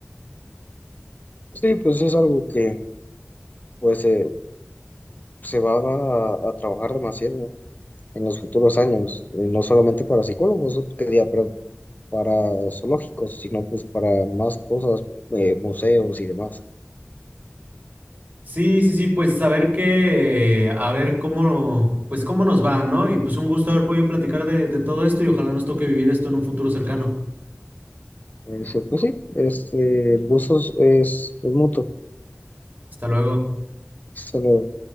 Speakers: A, on the left; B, on the right.
A: Sí, pues es algo que pues eh, se va a, a trabajar demasiado en los futuros años, eh, no solamente para psicólogos, que diga, perdón, para zoológicos, sino pues para más cosas, eh, museos y demás.
B: Sí, sí, sí, pues saber ver qué, a ver cómo, pues cómo nos va, ¿no? Y pues un gusto haber podido platicar de, de todo esto y ojalá nos toque vivir esto en un futuro cercano.
A: Eh, sí, pues sí, este, el gusto es, es, es mutuo.
B: Hasta luego.
A: Solo